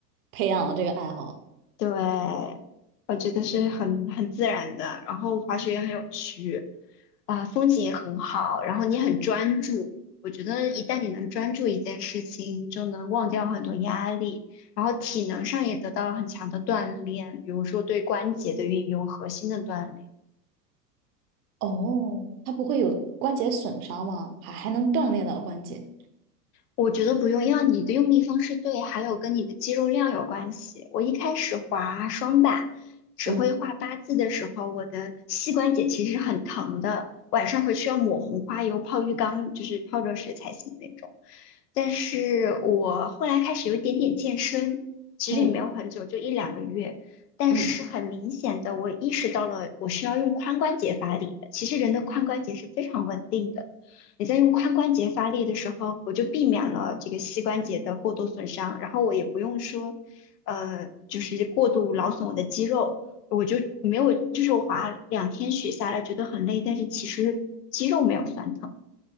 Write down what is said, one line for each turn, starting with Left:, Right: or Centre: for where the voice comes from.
Right: 培养了这个爱好？
Left: 对，我觉得是很很自然的，然后滑雪也很有趣，啊、风景也很好，然后你很专注。我觉得一旦你能专注一件事情，你就能忘掉很多压力，然后体能上也得到了很强的锻炼，比如说对关节的运用、核心的锻炼。
Right: 哦，它不会有关节损伤吗？还还能锻炼到关节？
Left: 我觉得不用，要你的用力方式对，还有跟你的肌肉量有关系。我一开始滑双板，只会画八字的时候，
Right: 嗯
Left: 我的膝关节其实很疼的，晚上回去要抹红花油泡浴缸，就是泡热水才行那种。但是我后来开始有一点点健身，其实也没有很久，
Right: 嗯
Left: 就一两个月。但是很明显的，
Right: 嗯，
Left: 我意识到了我需要用髋关节发力的。其实人的髋关节是非常稳定的。你在用髋关节发力的时候，我就避免了这个膝关节的过度损伤，然后我也不用说，呃，就是过度劳损我的肌肉，我就没有，就是我滑两天雪下来觉得很累，但是其实肌肉没有酸疼。